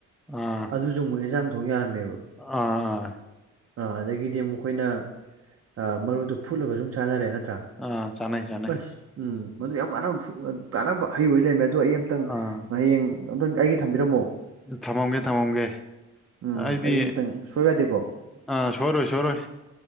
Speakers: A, in the centre; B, on the right.
A: ꯑ
B: ꯑꯗꯨꯁꯨ ꯑꯃꯨꯛ ꯍꯦꯟꯟꯖꯥꯡ ꯊꯣꯡ ꯌꯥꯔꯝꯃꯦꯕ
A: ꯑ ꯑ
B: ꯑꯥ ꯑꯗꯒꯤꯗꯤ ꯑꯃꯨꯛ ꯑꯩꯈꯣꯏꯅ ꯑꯥ ꯃꯔꯨꯗꯣ ꯐꯨꯠꯂꯒ ꯁꯨꯝ ꯆꯥꯅꯔꯦ ꯅꯠꯇ꯭ꯔꯥ
A: ꯑ ꯆꯥꯅꯩ ꯆꯥꯅꯩ
B: ꯑꯁ ꯎꯝ ꯃꯗꯨ ꯌꯥꯝ ꯀꯥꯟꯅꯕ ꯐꯨ ꯀꯥꯟꯅꯕ ꯍꯩ ꯑꯣꯏ ꯂꯩꯔꯝꯃꯦ ꯑꯗꯨ ꯑꯩ ꯑꯃꯝꯇꯪ
A: ꯑꯥ
B: ꯍꯌꯦꯡ ꯑꯝꯇꯪ ꯑꯩꯒꯤ ꯊꯝꯕꯤꯔꯝꯃꯣ
A: ꯊꯝꯃꯝꯒꯦ ꯊꯝꯃꯝꯒꯦ
B: ꯎꯝ
A: ꯑꯩꯗꯤ
B: ꯑꯩ ꯑꯝꯇꯪ ꯁꯣꯏꯕ ꯌꯥꯗꯦꯀꯣ
A: ꯑꯥ ꯁꯣꯏꯔꯣꯏ ꯁꯣꯏꯔꯣꯏ